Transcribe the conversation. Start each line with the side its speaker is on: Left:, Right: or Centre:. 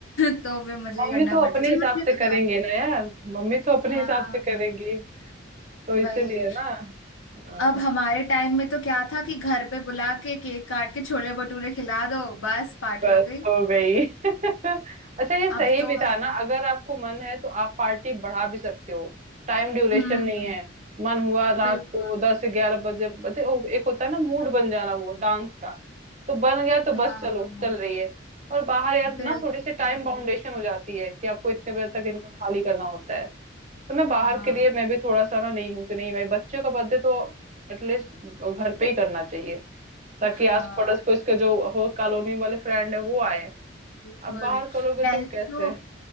Left: <laughs> तो फिर मुझे
Right: मम्मी
Left: ही करना
Right: तो
Left: पड़ता
Right: अपने
Left: है चल
Right: हिसाब
Left: मुझे
Right: से करेंगे
Left: बता
Right: ना यार मम्मी तो अपने
Left: हाँ
Right: हिसाब से करेंगी
Left: हाँ,
Right: तो इसीलिए
Left: वही
Right: ना हाँ,
Left: अब हमारे टाइम में तो क्या था कि घर पे बुला के केक काट के छोले भटूरे खिला दो बस पार्टी
Right: बस
Left: हो गई
Right: हो गई <laughs> अच्छा ये सही
Left: अब तो
Right: भी था
Left: ऐसे
Right: ना अगर आपको मन है तो आप पार्टी बढ़ा भी सकते हो टाइम ड्यूरेशन
Left: हम्म
Right: नहीं है मन हुआ रात
Left: बिल्कुल
Right: को दस ग्यारह बजे बजे ओ, एक होता है ना मूड बन जाना वो डांस का तो बन गया तो
Left: हाँ
Right: बस चलो चल रही है और बाहर यार
Left: बिल्कुल
Right: ना थोड़ी सी टाइम बाउंडेशन हो जाती है कि आपको इतने बजे तक इनका खाली करना होता है तो मैं बाहर
Left: हाँ
Right: के लिए मैं भी थोड़ा सा ना नहीं हूँ कि नहीं भाई बच्चों का बर्थडे तो एटलीस्ट घर पे ही करना चाहिए ताकि
Left: हाँ
Right: आस पड़ोस को इसके जो हो कॉलोनी वाले फ्रेंड है वो आए
Left: बिल्कुल
Right: अब बाहर करोगे
Left: पहले
Right: तो कैसे
Left: तो